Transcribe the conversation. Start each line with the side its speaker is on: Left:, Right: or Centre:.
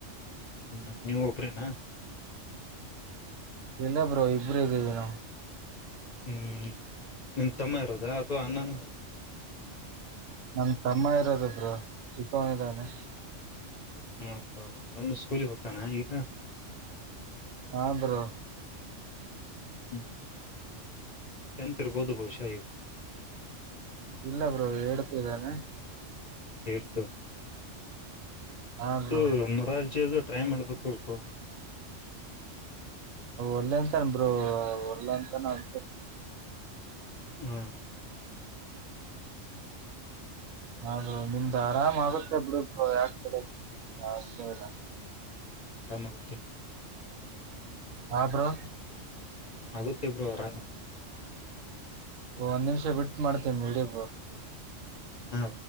Left: ಹ್ಮ್ ನೀವ್ ಒಬ್ರೇನಾ
Right: ಇಲ್ಲ ಬೋ ಇಬರು ಇದುನು
Left: ಹ್ಮ್ ನಿಮ ತಮ್ಮ ಇರೋದಾ ಅಥವಾ ಅನ್ನಾನ
Right: ನಮ ತಮ್ಮ ಇರೋದಬ್ರು ಚಕ್ಕನಿದಾನೆ
Left: ಹ ಒಂದು ಸ್ಕೂಲಿ ಹೋಗ್ತಾನ ಈಗ
Right: ಹಾ ಬ್ರೋ
Left: ಹ್ಮ ಚತ್ರ ಬೌದು ಬಹುಶಗ
Right: ಇಲ್ಲ ಬ್ರೋ ಹೇತಿದ್ದಾನೆ
Left: ಹೇಳ್ತು
Right: ಹಾ ಬ್ರೋ
Left: ಇ ನೂರಜಿದು ಟ್ರೈ ಮಾಡ್ಬೇಕು ಒಬ್ರು
Right: ಒಳ್ಳೆಂತನ ಬ್ರರು ಒಳ್ಳೆ ಅಂತಾನ ಅ
Left: ಹ್ಮ್
Right: ಹಾಗದು ನಿಮ್ದ ಆರಾಮ್ ಆಗುತ್ತೆ ಬಿರುರು ಯಾಕೆರರ
Left: ಆಮಗುತ್ತೆ
Right: ಹರು
Left: ಆಗುತ್ತೆಬ್್ರರು ಆರಾಮಾಗುತ್ತೆ
Right: ಒಂದ್ ನಿಮಿಷ ಬಿಟ್ಟ ಮಾಡ್ತೀವಿ ಇಿಡೀ
Left: ಹಾ